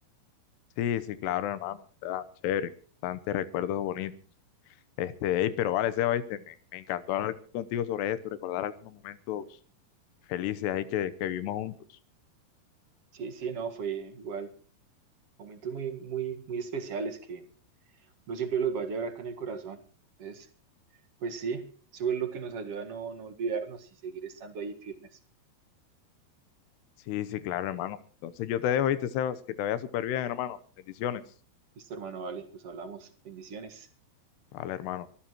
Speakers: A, on the left; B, on the right.
A: sí, sí, claro, hermano. O sea, chévere, bastante recuerdos bonitos. Este, hey, pero vale, Seba, oíste, Me, me encantó hablar contigo sobre esto, recordar algunos momentos felices ahí que, que vivimos juntos.
B: Sí, sí, no, fue igual. Momentos muy, muy, muy especiales que uno siempre los va a llevar acá en el corazón. Entonces, Pues sí, eso es lo que nos ayuda a no, no olvidarnos y seguir estando ahí firmes.
A: Sí, sí, claro, hermano. Entonces yo te dejo, ¿viste, Sebas? Que te vaya súper bien, hermano. Bendiciones.
B: Listo, hermano, vale, nos hablamos. Bendiciones.
A: Vale, hermano.